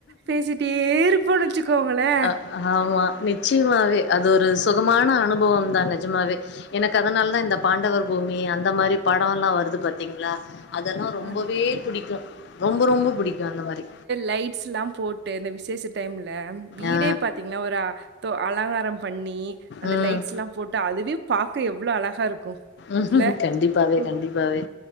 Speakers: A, on the right; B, on the left.
A: பேசிட்டே இருப்போனு வச்சு கோங்களே
B: அ ஆமா நிச்சயமாவே அது ஒரு சுகமான அனுபவம் தா நெஜமாவே எனக்கு அதனால தா இந்த பாண்டவர் பூமி அந்த மாரி படோல்லா வருது பாத்தீங்களா அதெல்லா ரொம்பவே
A: அந்த
B: புடிக்கு ரொம்ப ரொம்ப புடிக்கு அந்த மாரி
A: லைட்ஸ் எல்லா போட்டு இந்த விசேஷ டைம்ல வீடே
B: ஆ
A: பாத்தீங்கன்னா ஒரு தோ அலங்காரம் பண்ணி அந்த
B: ம்.
A: லைட்ஸ்ல்லா போட்டு அதுவே பாக்க எவ்ளோ அழகா இருக்கும்
B: ம்
A: இல்ல
B: கண்டிப்பாவே
A: உ-
B: கண்டிப்பாவே